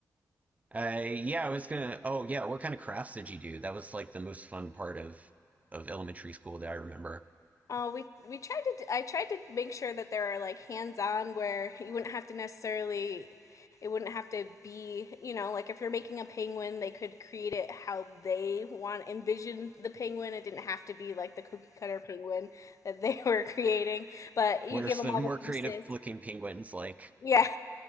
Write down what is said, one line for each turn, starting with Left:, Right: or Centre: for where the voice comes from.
Right: Uh, yeah, I was gonna. Oh, yeah. What kind of crafts did you do? That was like the most fun part of of elementary school that I remember.
Left: Oh, we we tried to. d- I tried to make sure that there are like hands-on where you wouldn't have to necessarily. It wouldn't have to be, you know, like if you're making a penguin, they could create it how they want envision the penguin. It didn't have to be like the cookie cutter penguin that they <laughs> were creating, but
Right: What
Left: you give
Right: are some
Left: them all
Right: more
Left: the pieces.
Right: creative looking penguins like?
Left: Yeah,